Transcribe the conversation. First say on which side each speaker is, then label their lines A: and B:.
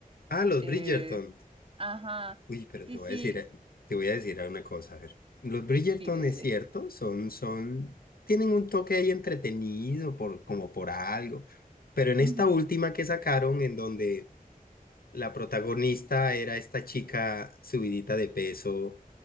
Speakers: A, on the left; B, on the right.
A: Ah, los
B: Eh,
A: Bridgerton.
B: ajá.
A: Uy, pero
B: Sí,
A: te voy
B: sí.
A: a decir, eh, te voy a decir una cosa. A ver. Los Bridgerton
B: Dime,
A: es
B: dime.
A: cierto, son, son, tienen un toque ahí entretenido por, como por algo. Pero en esta
B: Ujú.
A: última que sacaron, en donde la protagonista era esta chica subidita de peso,